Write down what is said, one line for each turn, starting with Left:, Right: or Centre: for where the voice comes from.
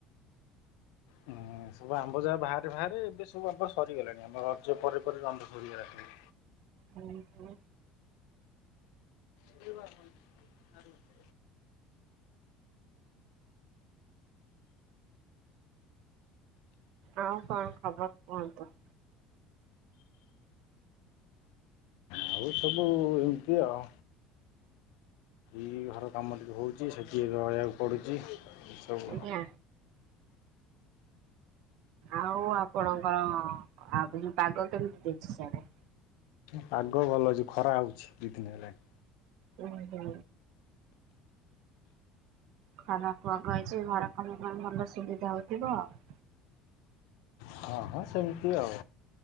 Left: ହୁଁ ସବୁ ଆମ୍ବ ଯାହା ବାହାରେ ବାହାରେ ଏବେ ସବୁ ଆମ୍ବ ସରିଗଲାଣି ଆମ ରଜ ପରେ ପରେ ଆମ୍ବ ସରିଗଲାଣି।
Right: ହୁଁ ହୁଁ।
Left: <unintelligible>
Right: ଆଉ କଣ ଖବର କୁହନ୍ତୁ।
Left: ଆଉ ସବୁ ଏମିତି ଆଊ। ଏ ଘର କାମ ଟିକେ ହେଉଛି ସେ ଟିକେ ରହିବାକୁ ପଡ଼ୁଛି। ଏସବୁ
Right: ଆଜ୍ଞା। ଆଉ ଆପଣଙ୍କର ଆ ଯୋଉ ପାଗ କେମିତି ଦେଇଛି ସିଆଡେ।
Left: ପାଗ ଭଲ ଅଛି ଖରା ହୋଉଛି ଦୁଇ ଦିନ ହେଲାଣି।
Right: ହୁ ହୁଁ। ଖରା ଖୁଆକୁ ହେଇଛି ଘର କାମ ପାଇଁ ଭଲ ସୁବିଧା ହଉଥିବ ଆଉ।
Left: ହଁ ହଁ ସେମିତି ଆଉ।